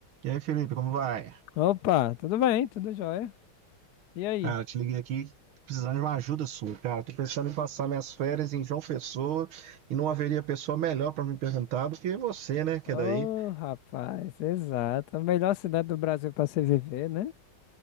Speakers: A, on the right (about 85°); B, on the left (about 65°).
A: E aí, Felipe, como vai?
B: Opa, tudo bem, tudo jóia. E aí?
A: Cara, te liguei aqui precisando de uma ajuda sua, cara. Tô pensando em passar minhas férias em João Pessoa e não haveria pessoa melhor pra me perguntar do que você, né? Que
B: Ô,
A: é daí.
B: rapaz, exato. A melhor cidade do Brasil para se viver, né?